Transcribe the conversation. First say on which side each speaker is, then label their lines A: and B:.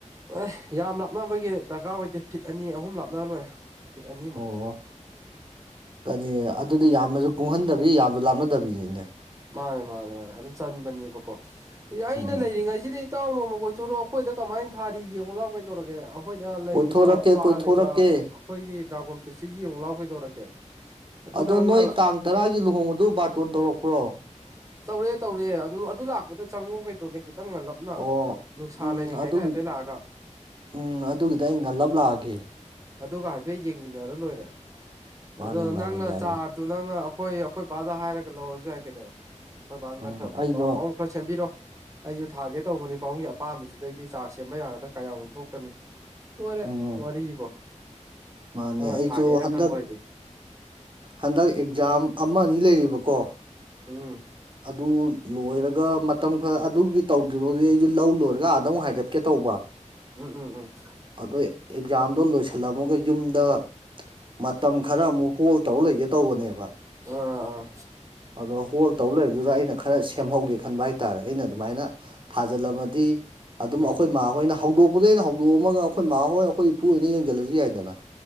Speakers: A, on the right; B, on the right.
A: ꯑꯦ ꯌꯥꯝ ꯂꯥꯞꯅꯕꯒꯤ ꯗꯔꯀꯥꯔ ꯑꯣꯏꯗꯦ ꯐꯤꯠ ꯑꯅꯤ ꯑꯍꯨꯝ ꯂꯥꯞꯅꯔ ꯂꯣꯏꯔꯦ ꯐꯤꯠ ꯑꯅꯤꯃꯨꯛ
B: ꯑꯣ ꯀꯔꯤ ꯑꯗꯨꯗꯤ ꯌꯥꯝꯅꯖꯨ ꯀꯨꯡꯍꯟꯗꯕꯤ ꯌꯥꯝꯅꯖꯨ ꯂꯥꯞꯅꯗꯕꯤꯅꯤꯅꯦ
A: ꯃꯥꯅꯦ ꯃꯥꯅꯦ ꯃꯥꯅꯦ ꯑꯗꯨꯝ ꯆꯟꯕꯅꯤꯕꯀꯣ ꯑꯦ ꯑꯩꯅ
B: ꯎꯝ
A: ꯂꯩꯔꯤꯉꯩꯁꯤꯗ ꯏꯇꯥꯎ ꯅꯣꯡꯃ ꯀꯣꯏꯊꯣꯔꯛꯑꯣ ꯑꯈꯣꯏꯗ ꯀꯃꯥꯏꯟ ꯊꯥꯔꯤ ꯌꯦꯡꯉꯨ ꯂꯥꯎ ꯀꯩꯗꯧꯔꯒꯦ ꯑꯧ ꯑꯈꯣꯏꯅ ꯂꯩꯔꯤꯕ
B: ꯀꯣꯏꯊꯣꯔꯛꯀꯦ
A: ꯄꯥꯜꯂꯤꯕ
B: ꯀꯣꯏꯊꯣꯔꯛꯀꯦ
A: ꯑꯈꯣꯏꯒꯤ ꯗ꯭ꯔꯥꯒꯣꯟ ꯐ꯭ꯔꯨꯏꯠꯁꯦ ꯌꯦꯡꯉꯨ ꯂꯥꯎ ꯀꯩꯗꯧꯔꯒꯦ ꯑꯗꯨ
B: ꯑꯗꯣ
A: ꯅꯪꯅ
B: ꯅꯣꯏ ꯇꯥꯡ ꯇꯔꯥꯒꯤ ꯂꯨꯍꯣꯡꯕꯗꯨ ꯕꯥꯔꯇꯣꯟ ꯇꯧꯔꯛꯄ꯭ꯔꯣ
A: ꯇꯧꯔꯛꯑꯦ ꯇꯧꯔꯦ ꯑꯗꯨ ꯑꯗꯨ ꯂꯥꯛꯄꯗ ꯆꯪꯉꯛꯑꯣ ꯀꯩꯗꯧꯒꯦ ꯈꯤꯇꯪ ꯉꯜꯂꯞꯅ
B: ꯑꯣ
A: ꯅꯨꯡꯁꯥ
B: ꯎꯝ
A: ꯂꯩꯔꯤꯉꯩꯗ
B: ꯑꯗꯨꯒꯤ
A: ꯍꯥꯏꯐꯦꯠ ꯂꯥꯛꯑꯒ
B: ꯎꯝ ꯑꯗꯨꯒꯤꯗ ꯑꯩ ꯉꯜꯂꯞ ꯂꯥꯛꯑꯒꯦ
A: ꯑꯗꯨꯒ ꯍꯥꯏꯐꯦꯠ ꯌꯦꯡꯃꯤꯟꯅꯔ ꯂꯣꯏꯔꯦ
B: ꯃꯥꯅꯦ
A: ꯑꯗꯣ
B: ꯃꯥꯅꯦ
A: ꯅꯪꯅ
B: ꯌꯥꯏꯌꯦ
A: ꯆꯥ ꯇꯨ ꯅꯪꯅ ꯑꯈꯣꯏ ꯑꯈꯣꯏ ꯄꯥꯗ ꯍꯥꯏꯔꯒ ꯂꯧꯔꯁꯨ ꯌꯥꯏ ꯀꯩꯗꯧꯔꯒꯦ ꯑꯈꯣꯏ ꯄꯥꯗꯅ
B: ꯎꯝ
A: ꯈꯔ
B: ꯑꯩꯗꯣ
A: ꯄꯥ ꯄꯥꯕꯨꯡ <unintelligible> ꯁꯦꯝꯕꯤꯔꯣ ꯑꯩꯖꯨ ꯊꯥꯒꯦ ꯇꯧꯕꯅꯤ ꯄꯥꯕꯨꯡꯒꯤ ꯑꯄꯥꯝꯕꯁꯤꯗꯒꯤ ꯆꯥꯔ ꯁꯦꯝꯕ ꯌꯥꯒꯗ꯭ꯔꯥ ꯀꯌꯥꯃꯨꯛ ꯊꯣꯛꯀꯅꯤ ꯂꯣꯏꯔꯦ
B: ꯎꯝ
A: ꯋꯥꯔꯤꯕꯣ
B: ꯃꯥꯅꯦ
A: ꯅꯪꯅ
B: ꯑꯩꯖꯨ
A: ꯊꯥꯒꯦꯅ
B: ꯍꯟꯗꯛ
A: ꯈꯟꯕ ꯑꯣꯏꯗꯤ
B: ꯍꯟꯗꯛ ꯑꯦꯛꯖꯥꯝ ꯑꯃ ꯑꯅꯤ ꯂꯩꯔꯤꯕꯀꯣ
A: ꯎꯝ
B: ꯑꯗꯨ ꯂꯣꯏꯔꯒ ꯃꯇꯝ ꯈꯔ ꯑꯗꯨꯒꯤ ꯇꯧꯗ꯭ꯔꯤꯕꯧꯗꯤ ꯑꯩꯖꯨ ꯂꯧ ꯂꯣꯏꯔꯒ ꯑꯥꯗ ꯑꯃꯨꯛ ꯍꯥꯏꯒꯠꯀꯦ ꯇꯧꯕ
A: ꯎꯝ ꯎꯝ ꯎꯝ
B: ꯑꯗꯣꯢ ꯑꯦꯛꯖꯥꯝꯗꯣ ꯂꯣꯏꯁꯜꯂꯝꯃꯒ ꯌꯨꯝꯗ ꯃꯇꯝ ꯈꯔ ꯑꯃꯨꯛ ꯍꯣꯜ ꯇꯧꯔ ꯂꯩꯒꯦ ꯇꯧꯕꯅꯦꯕ
A: ꯎꯪ ꯑꯥ ꯑꯥ
B: ꯑꯗꯣ ꯍꯣꯜ ꯇꯧ ꯂꯩꯕꯗꯨꯗ ꯑꯩꯅ ꯈꯔ ꯁꯦꯝꯍꯧꯒꯦ ꯈꯟꯕ ꯍꯥꯏꯇꯥꯔꯦ ꯑꯩꯅ ꯑꯗꯨꯃꯥꯏꯅ ꯊꯥꯖꯜꯂꯝꯃꯗꯤ ꯑꯗꯨꯝ
A: ꯎꯝ
B: ꯑꯈꯣꯏ ꯃꯥꯍꯣꯏꯅ ꯍꯧꯗꯣꯛꯄꯗ ꯑꯩꯅ ꯍꯧꯗꯣꯛꯑꯝꯃꯒ ꯑꯈꯣꯏ ꯃꯥ ꯍꯣꯏ ꯑꯈꯣꯏ ꯏꯄꯨ ꯍꯣꯏꯅ ꯌꯦꯡꯖꯜꯂꯖꯨ ꯌꯥꯏꯗꯅ